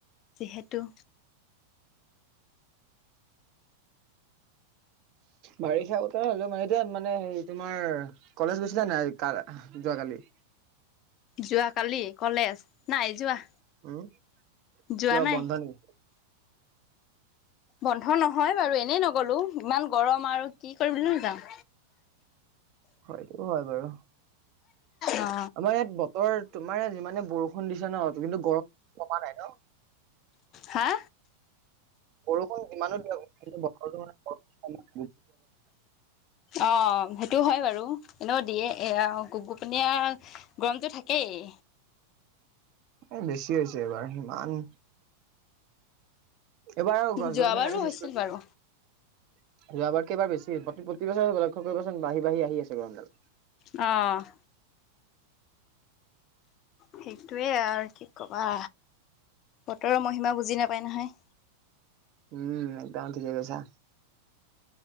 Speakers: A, on the left; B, on the right.
A: যিহে দুটো।
B: বাৰিষা বতৰ হ'লো মানে এতিয়া মানে হে তোমাৰ কলেজ গৈছিলা নাই কা যোৱাকালি?
A: যোৱা কালি কলেজ, নাই যোৱা।
B: হুম।
A: যোৱা
B: কিয়
A: নাই
B: বন্ধ নেকি?
A: বন্ধ নহয় বাৰু এনেই নগ'লো ইমান গৰম আৰু কি কৰিব নো যাম।
B: হয়টো হয় বাৰু।
A: অ
B: আমাৰ ইয়াত ব অ', তোমাৰ ই যিমানে বৰষু বৰষুণ দিছে ন' কিন্তু গৰম কমা নাই ন'?
A: হা?
B: বৰষুণ যিমানো দিয়া কি বৰ মান
A: অ', সেইটো হয় বাৰু। এনেও দিয়ে এ গোবোপনিয় আৰু গৰমতটো থাকেই।
B: এ বেছি হৈছে এইবাৰ ইমান এবাৰ আৰু
A: যোৱাবাৰো
B: গছ-গছনি কাটি চেছ
A: হৈছিল
B: কৰি
A: বাৰু।
B: যোৱাবাৰকে এবাৰ বেছি প্ৰতিবছৰ লক্ষ্য কৰিবচোন বাঢ়ি বাঢ়ি আহি আছে গৰমডাল।
A: অ'। সেইটোৱে আৰু কি ক'বা। বতৰৰ মহিমা বুজি নাপ উপ উপায় নহাই।
B: উম, একদম ঠিকেই কৈছা।